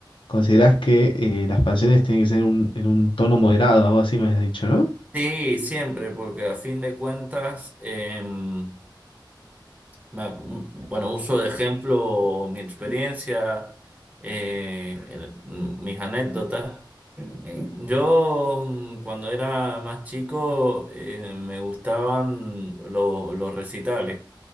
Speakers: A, on the left (about 85°); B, on the right (about 20°).
A: considerás que eh, las pasiones tienen que ser un- en un tono moderado, algo así me habías dicho, ¿no?
B: Sí, siempre, porque a fin de cuentas, em, me ac- m- bueno, uso de ejemplo mi experiencia, eh, el- m- mis anécdotas. Eh, yo mm, cuando era más chico eh, me gustaban lo- los recitales.